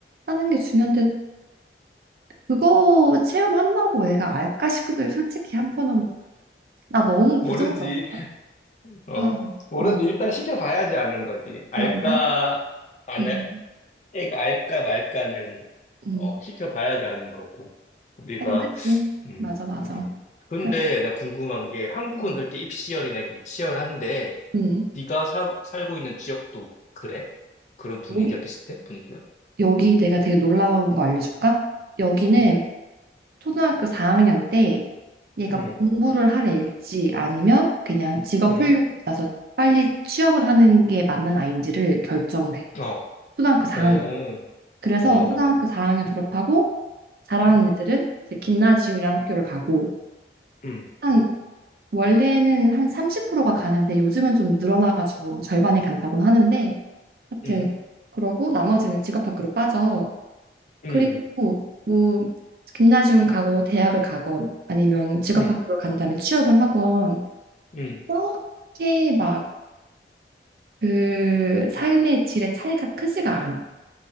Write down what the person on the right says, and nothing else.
하는 게 중요한데, 그거 체험한다고 애가 알까 싶기도 해요. 솔직히 한편으로 나 너무
부정적인가?
아,
어,
그런가?
음,
음.
하긴 그치.
맞아, 맞아.
그래.
음.
음.
여기
여기 내가 되게 놀라운 거 알려줄까? 여기는
초등학교 4학년 때 얘가
공부를 할 애일지 아니면 그냥 직업
훈련 받아서 빨리 취업을 하는 게 맞는 아이인지를 결정을 해.
초등학교 4학년.
그래서
초등학교 4학년 졸업하고 잘하는
애들은 이제 김나지움이라는 학교를 가고
한 원래는 한 30%가 가는데 요즘은 좀 늘어나가지고 뭐 절반이 간다고는 하는데 하여튼
그러고 나머지는 직업학교로 빠져.
그리고 뭐 김나지움 가고 대학을 가건 아니면 직업학교로
간 다음에 취업을 하건
그렇게 막 그 삶의 질의 차이가 크지가 않아.